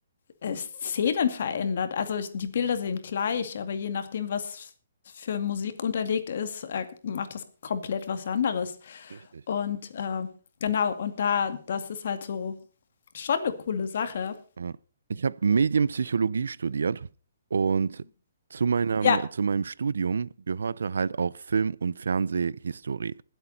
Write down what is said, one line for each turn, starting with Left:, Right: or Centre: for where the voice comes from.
Left: äh, Szenen verändert. Also ich, die Bilder sehen gleich, aber je nachdem, was für Musik unterlegt ist, äh, macht das komplett was anderes.
Right: Richtig.
Left: Und äh, genau, und da, das ist halt so schon eine coole Sache.
Right: Ja. Ich habe Medienpsychologie studiert und zu meinem,
Left: Ja.
Right: zu meinem Studium gehörte halt auch Film- und Fernsehhistorie.